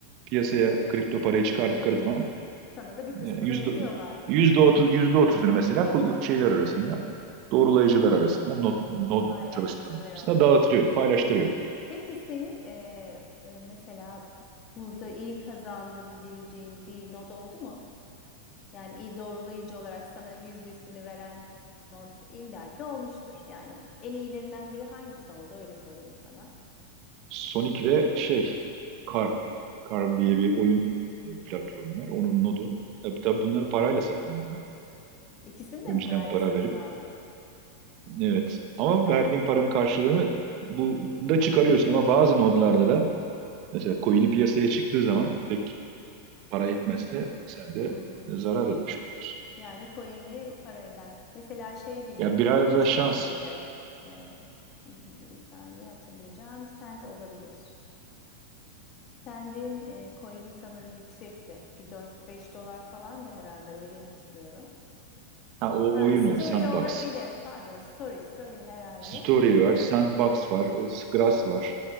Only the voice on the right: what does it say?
piyasaya kripto parayı çıkardıkları zaman
E, yüzde
otuzunu mesela şeyler arasında doğrulayıcılar arasında not, not
çalıştıran arasında dağıtırıyor, paylaştırıyor.
Sonic ve şey
Car Car diye bir oyun e, platformu var. Onun nodu. Tabii, tabii bunları parayla satın aldım.
Önceden
para
verip
evet ama
verdiğin paranın karşılığını bu da çıkarıyorsun ama bazı nodlarda da mesela coin'i piyasaya çıktığı zaman pek para etmezse sen de
zarar etmiş oluyorsun.
Ya biraz
da
şans
Ha, o
oyun
o. Sandbox.
Story var. Sandbox var. e, Scratch var.